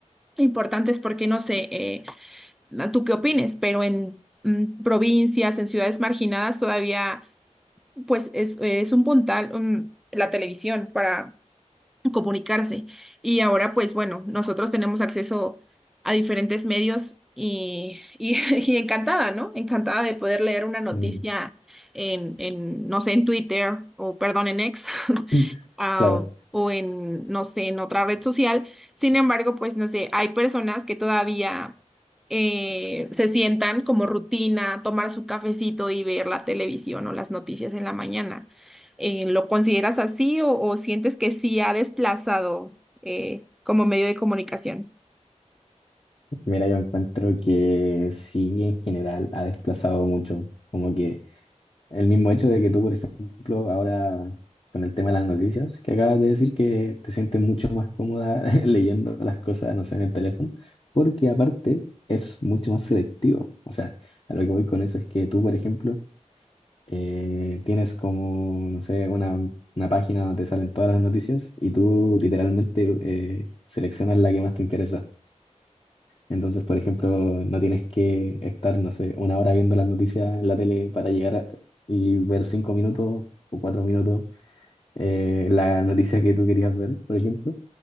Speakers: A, in the centre; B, on the left.
A: importantes, porque no sé, eh, ¿tú qué opines? Pero en mm, provincias, en ciudades marginadas, todavía, pues es, es un puntal, mm, la televisión para comunicarse. Y ahora, pues bueno, nosotros tenemos acceso a diferentes medios y, y, <laughs> y encantada, ¿no? Encantada de poder leer una noticia
B: Mm.
A: en, en, no sé, en Twitter o, perdón, en X <laughs>
B: <clears throat>
A: ah,
B: Claro,
A: o en, no sé, en otra red social. Sin embargo, pues no sé, hay personas que todavía eh, se sientan como rutina tomar su cafecito y ver la televisión o las noticias en la mañana. Eh, ¿lo consideras así o, o sientes que sí ha desplazado eh, como medio de comunicación?
B: mira, yo encuentro que sí, en general ha desplazado mucho, como que El mismo hecho de que tú, por ejemplo, ahora con el tema de las noticias, que acabas de decir que te sientes mucho más cómoda <laughs> leyendo las cosas, no sé, en el teléfono, porque aparte es mucho más selectivo. O sea, a lo que voy con eso es que tú, por ejemplo, eh, tienes como, no sé, una, una página donde te salen todas las noticias y tú literalmente eh, seleccionas la que más te interesa. Entonces, por ejemplo, no tienes que estar, no sé, una hora viendo las noticias en la tele para llegar a- y ver cinco minutos o cuatro minutos eh, la noticia que tú querías ver, por ejemplo.